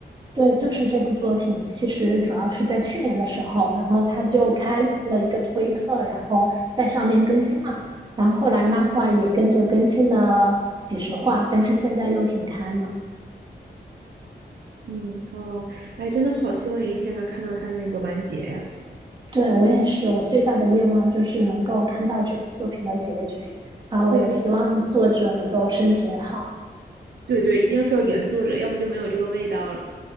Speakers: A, on the right; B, on the right.
A: 对，就是这部作品，其实主要是在去年的时候，然后他就开了一个推特，然后在上面更新嘛，然后后来漫画也跟着更新了几十话，但是现在又停刊了。
B: 嗯，哦，哎，真的好希望有一天能看到他的那个完结呀。
A: 对，我也是，我最大的愿望就是能够看到这部作品的结局，然后我也希望作者能够身体也好。
B: 对，对对，一定是要原作者，要不就没有这个味道了。